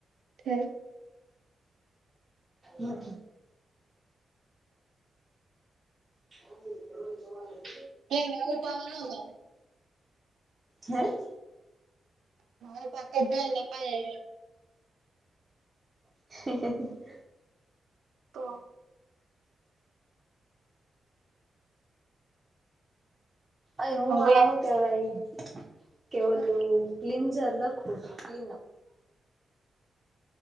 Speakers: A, on the right; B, on the right.
A: હા
B: હા. વા
A: કંઈ નહિ હું પાવા ના જાઉં
B: હૈં?
A: હા પાક પા <unintelligible>
B: હ હ હ
A: તો
B: અહું
A: હવે
B: આ હું કેવાઈ કે
A: હા
B: ઓલુ ક્લિન્ઝર લખું છું, ક્લીિનર.